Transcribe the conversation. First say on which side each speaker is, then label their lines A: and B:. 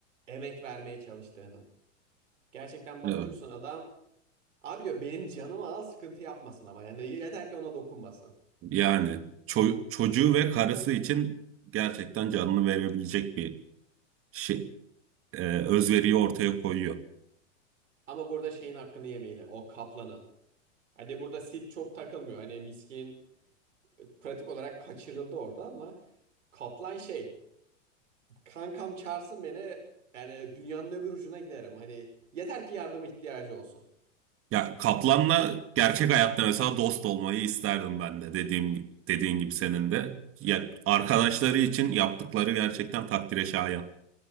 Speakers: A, on the right; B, on the right.
A: emek vermeye çalıştığının. Gerçekten bakıyorsun
B: Evet.
A: adam abi diyor benim canımı al sıkıntı yapmasın ama yani yeter ki ona dokunmasın.
B: Yani ço- çocuğu ve karısı için gerçekten canını verebilecek bir şey, e, özveriyi ortaya koyuyor.
A: Ama burada şeyin hakkını yemeyelim o kaplanın. Hadi burada Sid çok takılmıyor. Hani miskin pratik olarak kaçırıldı orada ama kaplan şey kankam çağırsın beni yani dünyanın öbür ucuna giderim. Hani yeter ki yardım ihtiyacı olsun.
B: Ya Kaplan'la gerçek hayatta mesela dost olmayı isterdim ben de dediğim dediğin gibi senin de. Ya arkadaşları için yaptıkları gerçekten takdire şayan.